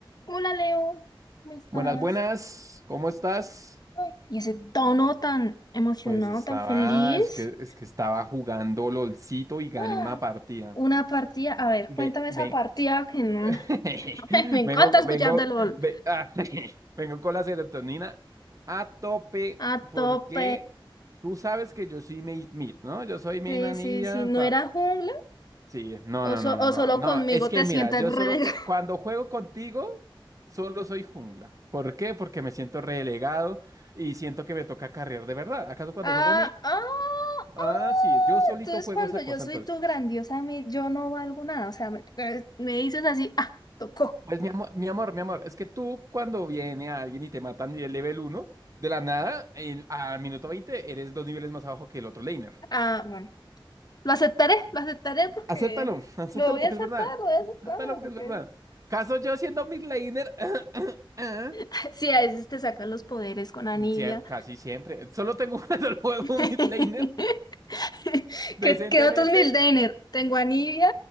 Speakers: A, on the left (about 50°); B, on the right (about 40°).
A: Hola Leo, ¿cómo estás?
B: Buenas, buenas, ¿cómo estás?
A: Ay, y ese tono tan emocionado,
B: Pues estaba,
A: tan feliz.
B: es que, es que estaba jugando LOLcito y gané
A: Ah,
B: una partida.
A: Una partida, a ver,
B: Ve,
A: cuéntame
B: ven,
A: esa partida que no.
B: <laughs>
A: <laughs> Me encanta
B: vengo,
A: escuchar
B: vengo,
A: de LOL.
B: ve- ah, <laughs> vengo con la serotonina a tope
A: A
B: porque
A: tope.
B: tú sabes que yo soy Made Mid, ¿no? Yo soy Main
A: Sí,
B: Anivia,
A: sí, sí, ¿no era jungla?
B: Sí, no,
A: ¿O,
B: no,
A: so-
B: no, no,
A: o
B: no,
A: solo
B: no,
A: conmigo
B: es que
A: te
B: mira,
A: sientes
B: yo
A: relegado?
B: solo jue-
A: <laughs>
B: cuando juego contigo, solo soy jungla. ¿Por qué? Porque me siento relegado y siento que me toca carrear de verdad. ¿Acaso cuando
A: Ah,
B: juego mid?
A: ah,
B: Ah,
A: ah.
B: sí, yo solito
A: Entonces
B: juego
A: cuando
B: esa
A: yo
B: cosa
A: soy
B: entonces.
A: tu grandiosa, mi- yo no valgo nada. O sea, me, eh, me dices así, ah, tocó.
B: Pues mi amor, mi amor, mi amor, es que tú cuando viene a alguien y te matan de level 1, de la nada, en- a minuto 20 eres dos niveles más abajo que el otro laner.
A: Ah, bueno. Lo aceptaré, lo aceptaré porque
B: Acéptalo, <laughs> acéptalo
A: lo voy
B: porque
A: a aceptar,
B: es verdad.
A: lo voy a aceptar,
B: Acéptalo porque
A: porque
B: es verdad. ¿Caso yo siendo mid laner? <clears throat>
A: <laughs> sí, a veces te sacan los poderes con Anivia.
B: Siem- casi siempre. Solo tengo <laughs> un solo juego,
A: <laughs>
B: un mid laner, decentemente.
A: ¿Qué, qué otros Mildener? Tengo Anivia,